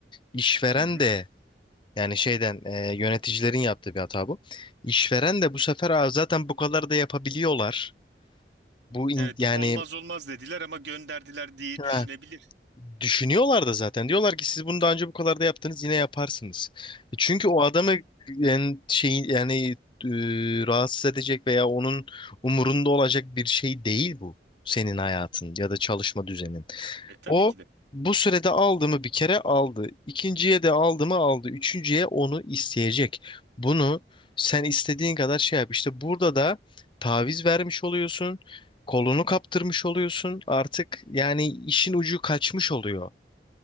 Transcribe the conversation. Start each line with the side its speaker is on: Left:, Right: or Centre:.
Left: işveren
Right: Hı hı.
Left: de Yani şeyden e, yöneticilerin yaptığı bir hata bu. İşveren de bu sefer "Aa, zaten bu kadar da yapabiliyorlar. Bu in-
Right: evet
Left: yani
Right: olmaz olmaz dediler ama gönderdiler diye
Left: ha,
Right: düşünebilir.
Left: düşünüyorlar da zaten. Diyorlar ki siz bunu daha önce bu kadar da yaptınız yine yaparsınız. E Çünkü o adamı yani, şey, yani e, rahatsız edecek veya onun umurunda olacak bir şey değil bu. Senin hayatın ya da çalışma düzenin.
Right: E tabii
Left: O
Right: ki de.
Left: bu sürede aldı mı bir kere aldı. İkinciye de aldı mı aldı. Üçüncüye onu isteyecek. Bunu sen istediğin kadar şey yap. İşte burada da taviz vermiş oluyorsun. Kolunu kaptırmış oluyorsun. Artık yani işin ucu kaçmış oluyor.